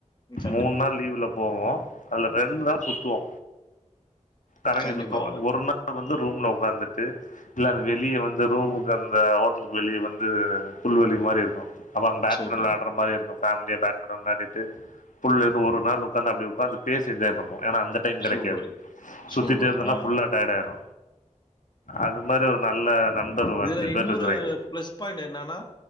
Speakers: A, on the left; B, on the left.
A: கண்டிப்பா,
B: மூன் நாள் லீவுலப் போவோ அதுல ரெண் நாள் சுத்துவோ கரங்கி
A: கண்டிப்பா.
B: சுத்துவோ ஒரு நாள் வந்து ரூம்ல உக்காந்துட்டு இல்ல வெளிய வந் து ரூமுக்கு அந்த ஹோட்டலுக்கு வெளிய வந்து புல்வெளி மாரி இருக்கு அப்ப அங்க பேட்மிடல்
A: சூப்பர்,
B: விளாட்ற மாரி இருக்கு ஃபேமிலியா பேட்மிட்டன் விளாடிட்டு ஃபுல் இது ஒரு நாள் உக்காந்து அப்டி உக்காந்து பேசி என்ஜாய் பண்வோ ஏனா அந்தப் டைம் கெடைக்காது
A: சூப்பர்,
B: சுத்திட்டே
A: சூப்பர்.
B: இருந்தனா
A: ஆ.
B: ஃபுல்லா டயேடாயிரு அது மாரி ஒரு நல்ல நண்பர் ஒரு
A: இதுல
B: அஞ்சு பேர்
A: இன்னொரு
B: இருக்றேங்க
A: ப்ளஸ் பாயிண்ட் என்னானா